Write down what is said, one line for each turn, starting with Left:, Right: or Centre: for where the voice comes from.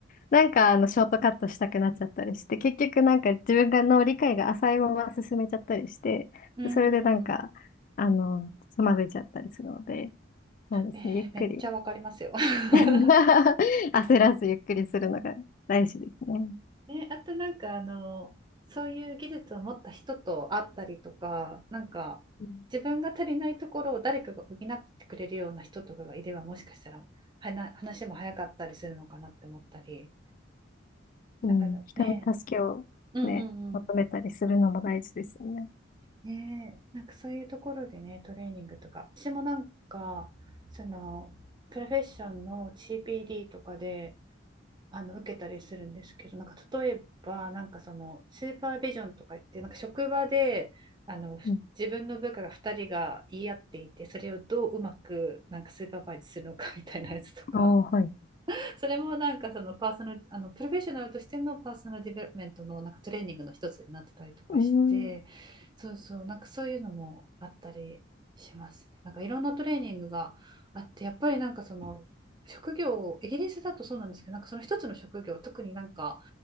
Left: なんか、あの、ショートカットしたくなっちゃったりして、結局なんか自分がの理解が浅いまま進めちゃったりして、
Right: うんうんうん。
Left: それでなんか、あの、つまずいちゃったりするので、そうですね、
Right: えーめっちゃわかりますよ。
Left: ゆっくり。
Right: <laughs>
Left: <laughs> 焦らずゆっくりするのが大事ですね。
Right: ね、あとなんかあのそういう技術を持った人と会ったりとかなんか
Left: うん
Right: 自分が足りないところを誰かが補ってくれるような人とかがいればもしかしたらはな話も早かったりするのかなって思ったり
Left: うん、
Right: なんかね
Left: 人に助けをね、
Right: うんうんうん。
Left: 求めたりするのも大事ですよね。
Right: ねえ、なんかそういうところでね、トレーニングとか、私もなんか、その、プロフェッションの CPD とかで、あの受けたりするんですけど、なんか例えば、なんかそのスーパービジョンとか言って、なんか職場であのふ自分の部下が2人が言い合っていて、
Left: うん
Right: それをどううまくなんかスーパーバイズするのかみたいなやつとか、
Left: ああ、はい。
Right: それもなんかそのパーソナルあのプロフェッショナルとしてのパーソナルディベロップメントのなんかトレーニングの一つになってたりとかして
Left: うーん。
Right: そうそうなんかそういうのもあったりしますね。なんかいろんなトレーニングがあってやっぱりなんかその職業をイギリスだとそうなんですけどなんかその一つの職業特になんか